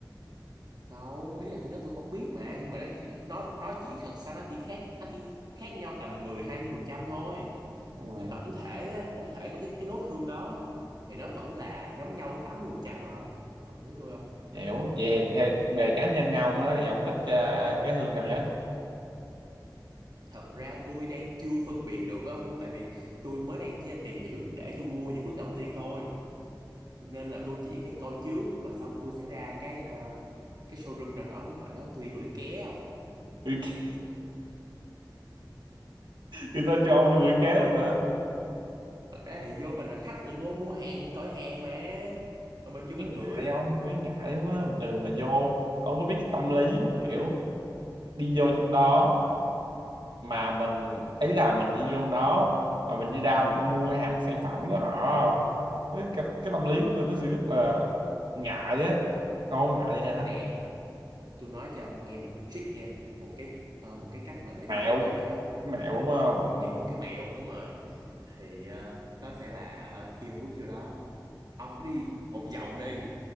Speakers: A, on the right (about 60°); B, on the right (about 80°).
A: đâu ý là tôi nói tôi không biết mà nhưng mà nó nó nó chỉ thật ra nó chỉ khác nó chỉ khác nhau tầm mười hai mươi phần trăm thôi
B: Đúng rồi,
A: nhưng
B: ha.
A: tổng thể á, tổng thể của cái cái nốt hương đó thì nó vẫn là giống nhau đến 80% rồi không ông hiểu ý tôi không
B: hiểu. Vậy thì theo- về cá nhân ông á thì ông thích ờ, cái hương nào nhất?
A: thật ra tôi đang chưa phân biệt được á, ông hiểu không tại vì tôi mới đang chỉ là tìm hiểu để tôi mua những bước đầu tiên thôi nên là tôi chỉ đang coi trước và xong tôi sẽ ra cái ờ, cái showroom nào đó nếu mà nó tôi đi hửi ké không
B: <laughs> Thì tôi cho ông vô quỷ kéo luôn hả?
A: thật ra thì vô mình là khách mình mua mua hàng mình coi hàng mà mà mình vô
B: Cái
A: mình
B: ngại
A: hửi
B: ông, cái ngại lắm á. Bình thường mà vô, ông có biết cái tâm lý mà kiểu đi vô trong đó mà mình ý là mình đi trong đó mà mình đi ra mình không mua cái hàng sản phẩm của họ không cái, cái, cái tâm lý của tôi nó sẽ rất là ngại á Ông không ngại vậy hả
A: nè tôi nói cho ông nghe một trick nha một cái ờ, một cái cách mà để
B: mẹo
A: mình lắc vào những cái đó
B: cái mẹo đúng không
A: một, một những một cái mẹo đúng rồi thì ờ, nó sẽ là ờ, khi ông bước vô đó ông cứ đi một vòng đi